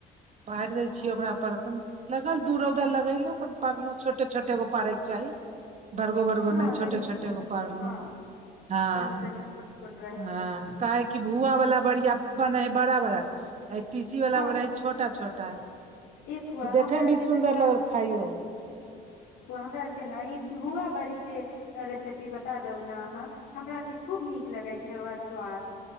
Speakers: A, on the right; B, on the left.
A: पारि दै
B: ओ
A: छियै ओकरा पर अपन लगल दू रौदा लगेलो अपन पड़लौ छोटे छोटे गो पारक चाहि बर्गो बरगो
B: हँ
A: नहि छोटे
B: तनिक
A: छोटेगो
B: तनिक
A: पारलहु
B: हँ
A: हाँ
B: कनिक कनिक छोट पोट
A: हँ कहे की भुआवला बरिया बनै हैय बड़ा बड़ा आ तीसी वाला
B: हँ
A: बनै हं छोटा छोटा
B: ए फुआ
A: कि देखेमे
B: हमरा आरके
A: भी सुन्दर
B: तनिका
A: लगल खाइयोमे
B: हमरा आरके ने ई धुआ बड़ी के रेसिपी बता दू ने अहाँ हमरा आर के खूब नीक लगे छै ओर स्वाद